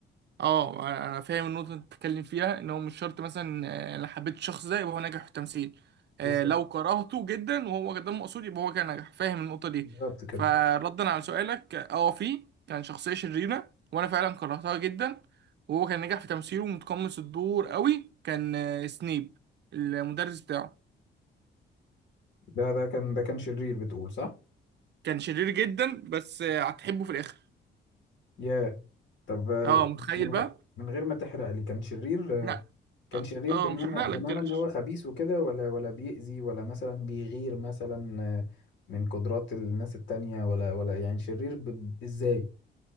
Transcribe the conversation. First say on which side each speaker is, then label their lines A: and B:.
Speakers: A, on the right (about 60°); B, on the left (about 60°).
A: اه انا فاهم النقطة اللي انت بتتكلم فيها ان هو مش شرط مثلا آه، لو حبيت الشخص ده يبقى هو ناجح في التمثيل
B: بالظبط
A: آه، لو كرهته جدا وهو ده المقصود يبقى هو كان ناجح فاهم النقطة دي
B: بالظبط كده
A: فردا على سؤالك اه في كان شخصية شريرة وانا فعلا كرهتها جدا وهو كان ناجح في تمثيله ومتقمص الدور قوي كان آه، سنيب المدرس بتاعه
B: ده ده كان ده كان شرير بتقول صح
A: كان شرير جدا بس آه، هتحبه في الاخر
B: يا طب آه،
A: اه متخيل
B: من
A: بقى
B: غير من غير ما تحرق لي كان شرير
A: لا
B: آه، كان
A: اه
B: شرير
A: آه،
B: بمعنى
A: مش هحرق لك
B: بمعنى
A: متقلقش
B: ان هو خبيث وكده ولا ولا بيأذي ولا مثلا بيغير مثلا آه، من قدرات الناس التانية ولا ولا يعني شرير ب... ازاي